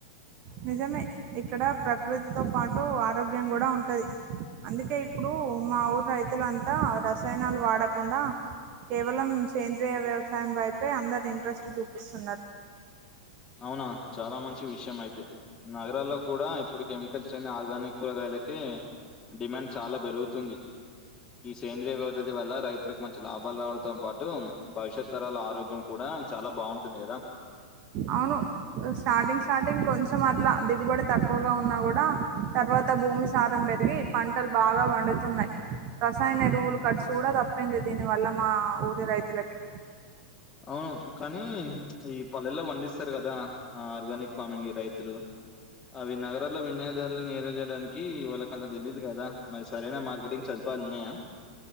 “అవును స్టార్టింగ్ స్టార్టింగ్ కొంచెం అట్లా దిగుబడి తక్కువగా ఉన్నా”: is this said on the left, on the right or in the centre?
Right